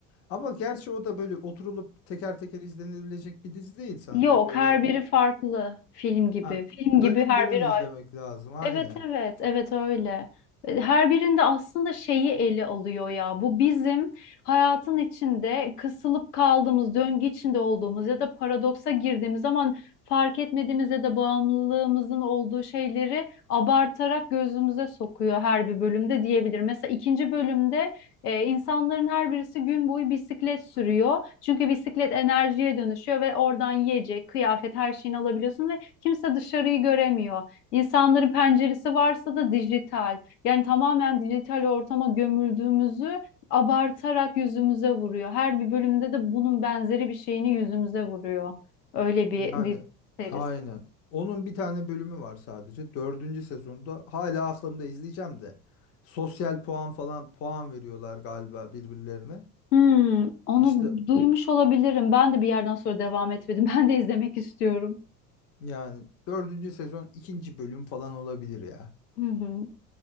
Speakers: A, on the left; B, on the left.
A: Ama gerçi o da böyle oturulup teker teker izlenebilecek bir dizi değil sanki
B: Yok,
A: böyle
B: her biri farklı film gibi.
A: ha,
B: Film
A: bölüm
B: gibi her
A: bölüm
B: biri
A: izlemek lazım aynen.
B: Evet evet evet öyle. E, Her birinde aslında şeyi ele alıyor ya. Bu bizim hayatın içinde kısılıp kaldığımız, döngü içinde olduğumuz ya da paradoksa girdiğimiz zaman fark etmediğimiz ya da bağımlılığımızın olduğu şeyleri abartarak gözümüze sokuyor her bir bölümde diyebilir. Mesela ikinci bölümde e, insanların her birisi gün boyu bisiklet sürüyor. Çünkü bisiklet enerjiye dönüşüyor ve oradan yiyecek, kıyafet her şeyini alabiliyorsun ve kimse dışarıyı göremiyor. İnsanların penceresi varsa da dijital. Yani tamamen dijital ortama gömüldüğümüzü abartarak yüzümüze vuruyor. Her bir bölümde de bunun benzeri bir şeyini yüzümüze vuruyor. Öyle bir
A: Yani
B: dizi serisi.
A: aynen. Onun bir tane bölümü var sadece. Dördüncü sezonda hala aklımda izleyeceğim de. Sosyal puan falan puan veriyorlar galiba birbirlerine.
B: Hmm, onu
A: İşte
B: duymuş olabilirim. Ben de bir yerden sonra devam etmedim. <laughs> Ben de izlemek istiyorum.
A: yani dördüncü sezon ikinci bölüm falan olabilir ya.
B: Hı hı.